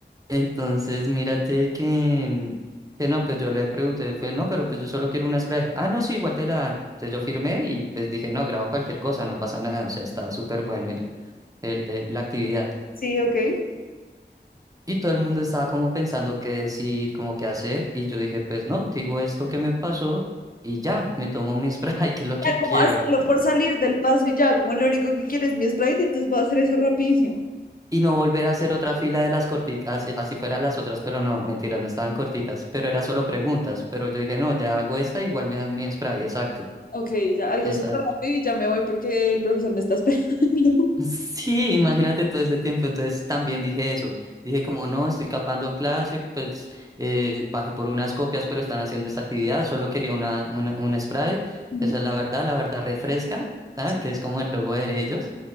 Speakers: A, on the right (about 20°); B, on the left (about 50°).
A: Entonces, mírate que, que no, pues yo le pregunté, fue, no, pero pues yo solo quiero una spray. Ah, no, sí, igual te la dan. Entonces yo firmé y pues dije, no, grabo cualquier cosa, no pasa nada, o sea, está súper bueno el, el, el- la actividad.
B: Sí, ok.
A: Y todo el mundo estaba como pensando qué decir, como qué hacer, y yo dije, pues no, digo esto que me pasó y ya, me tomo mi spray, <laughs> que es lo que
B: Ya como
A: quiero.
B: hacerlo por salir del paso y ya, como lo único que quiero es mi Sprite, entonces voy a hacer eso rapidísimo.
A: y no volver a hacer otra fila de las corticas, así, así fueran las otras, pero no, mentira, no estaban corticas, pero era solo preguntas, pero yo dije, no, ya hago esta, igual me dan mi spray, exacto,
B: Ok, ya algo
A: exacto.
B: súper rápido
A: <laughs>
B: y ya me voy porque el profesor me está esperando. <laughs>
A: Sí, imagínate todo ese tiempo, entonces también dije eso, dije como no, estoy capando clase, pues eh, bajé por unas copias, pero están haciendo esta actividad, solo quería una, una, un spray,
B: ¿No?
A: esa es la verdad, la verdad refresca, tal,
B: Sí.
A: que es como el logo de ellos,